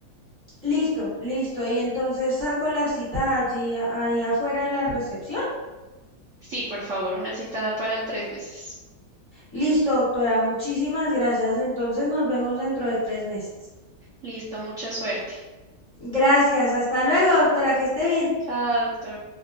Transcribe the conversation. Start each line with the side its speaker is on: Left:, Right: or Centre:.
Left: Listo, listo, y entonces saco la cita allí, a- ahí afuera en la recepción.
Right: Sí, por favor, una citada para tres meses.
Left: Listo, doctora, muchísimas gracias, entonces nos vemos dentro de tres meses.
Right: Listo, mucha suerte.
Left: Gracias, hasta luego, doctora, que esté bien.
Right: Chao, doctor.